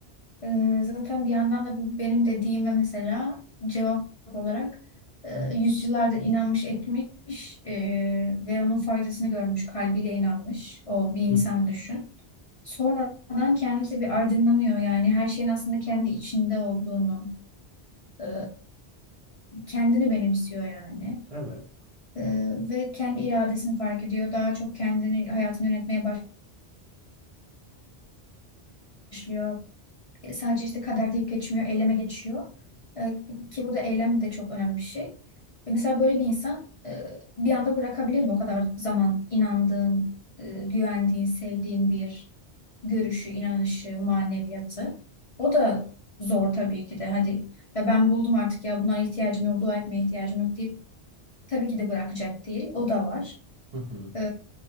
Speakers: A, on the left; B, on the right.
A: Ee, zaten bir yandan da bu benim dediğime mesela cevap olarak e, yüzyıllardır inanmış etmiş e, ve onun faydasını görmüş, kalbiyle inanmış o bir insan
B: Hı hı.
A: düşün. Sonradan kendisi bir aydınlanıyor yani her şeyin aslında kendi içinde olduğunu, e, kendini benimsiyor yani.
B: Evet.
A: E, ve kendi iradesini fark ediyor. Daha çok kendini, hayatını yönetmeye başlıyor. E, Sadece işte kader deyip geçmiyor, eyleme geçiyor. E, ki burada eylem de çok önemli bir şey. E, mesela böyle bir insan e, bir anda bırakabilir mi? O kadar zaman inandığın, e, güvendiğin, sevdiğin bir görüşü, inanışı, maneviyatı. O da zor tabii ki de. Hadi ya ben buldum artık ya bunlara ihtiyacım yok, dua etmeye ihtiyacım yok deyip tabii ki de bırakacak değil. O da var.
B: Hı hı.
A: E,